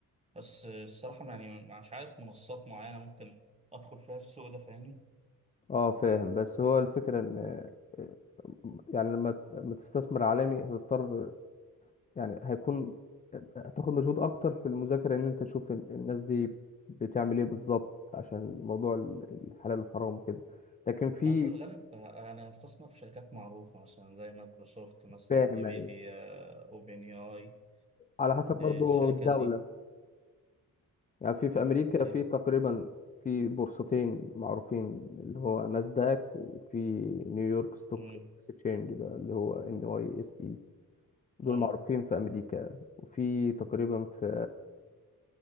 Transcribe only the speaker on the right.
بس آه، الصراحة يعني مش عارف منصات معينة ممكن أدخل فيها السوق ده فاهمني
ما في الغالب أنا هستثمر في شركات معروفة مثلا زي مايكروسوفت مثلا
نيفيديا
أوبن اي
الشركات
دي
ليه؟
مم،
اه